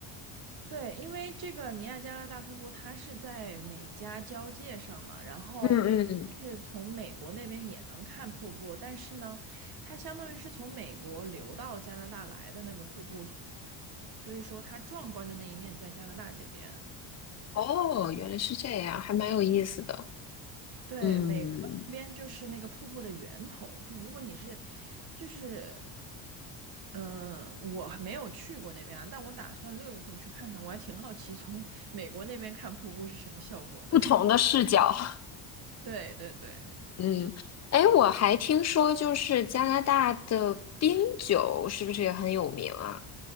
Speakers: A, on the right (about 45°); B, on the left (about 35°).
A: 对，因为这个尼亚加拉大瀑布它是在美加交界上嘛，然后就是从美国那边也能看瀑布，
B: 嗯嗯，
A: 但是呢，它相当于是从美国流到加拿大来的那个瀑布，所以说它壮观的那一面在加拿大这边。
B: 哦，原来是这样，还蛮有意思的。
A: 对，
B: 嗯，
A: 美国那边就是那个瀑布的源头，就如果你是，就是，嗯、我还没有去过那边啊，但我打算六月份去看看，我还挺好奇从 <laughs> 美国那边看瀑布是什么效果的。
B: 不同的视角。
A: <laughs>
B: <laughs>
A: 对对对。
B: 嗯，哎，我还听说就是加拿大的冰酒是不是也很有名啊？